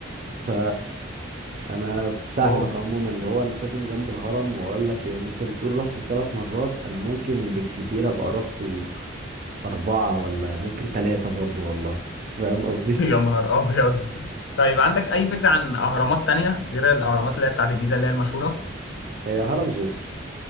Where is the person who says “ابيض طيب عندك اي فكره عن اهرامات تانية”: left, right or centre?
Left